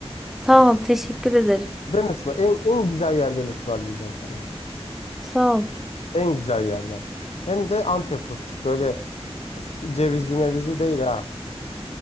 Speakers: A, in the centre; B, on the left.
A: Sağ ol teşekkür ederim.
B: Ben ısmar en, en güzel yerden ısmarlayacağım sana.
A: Sağ ol.
B: En güzel yerden. Hem de Antep fıstık. Böyle f- cevizli mevizi değil ha.